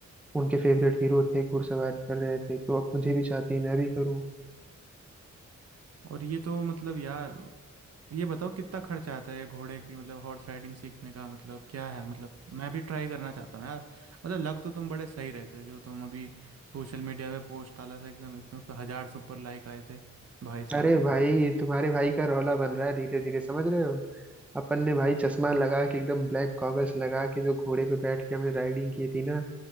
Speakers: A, in the centre; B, on the right.
A: उनके फेवरेट हीरो थे घुड़सवार कर रहे थे तो अब मुझे भी चाहती है मैं भी करूँ
B: और ये तो मतलब यार ये बताओ कितना खर्च आता है ये घोड़े की मतलब हॉर्स राइडिंग सीखने का मतलब क्या है मतलब मैं भी ट्राई करना चाहता हूँ यार मतलब लग तो तुम बड़े सही रहे थे जो तुम अभी सोशल मीडिया पे पोस्ट डाला था एकदम इतने उस पर हजार सुपर लाइक आए थे भाई साहब
A: अरे भाई तुम्हारे भाई का रौला बन रहा है धीरे धीरे समझ रहे हो अपन ने भाई चश्मा लगा के एकदम ब्लैक गॉगल्स लगा के जो घोड़े पे बैठ के हमने राइडिंग की थी ना